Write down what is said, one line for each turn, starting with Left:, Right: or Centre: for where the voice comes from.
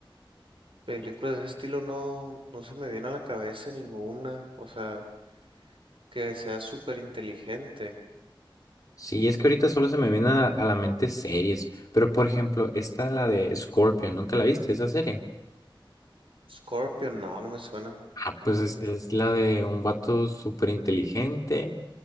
Right: Películas de ese estilo no, no se me viene a la cabeza ninguna. O sea, que sea súper inteligente.
Left: Sí, es que ahorita solo se me vienen a, a la mente series, pero por ejemplo, está la de Scorpion, ¿nunca la viste esa serie?
Right: Scorpion, no, no me suena.
Left: Ah, pues es, es la de un vato súper inteligente